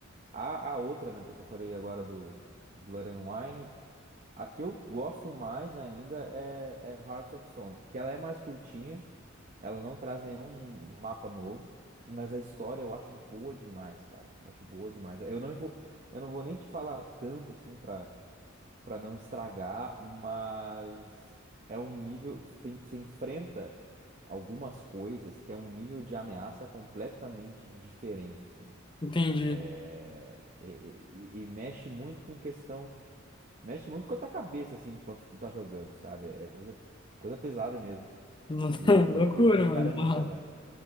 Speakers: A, on the right; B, on the left.
A: A, a outra, né, que eu falei agora do Blood and Wine, a que eu gosto mais ainda é, é Hearts of Stone, que ela é mais curtinha, ela não traz nenhum mapa novo, mas a história eu acho boa demais, cara. Eu acho boa demais. Eu não vou, eu não vou nem te falar tanto assim pra para não estragar, mas é um nível, tem, você enfrenta algumas coisas que é um nível de ameaça completamente diferente, assim.
B: Entendi.
A: É, e, e- e mexe muito com questão, mexe muito com a tua cabeça, assim, enquanto tu tá jogando, sabe? É coisa, coisa pesada mesmo.
B: <laughs>
A: E eu, eu
B: Loucura,
A: curto <laughs> pra caramba
B: mano.
A: essa vibe.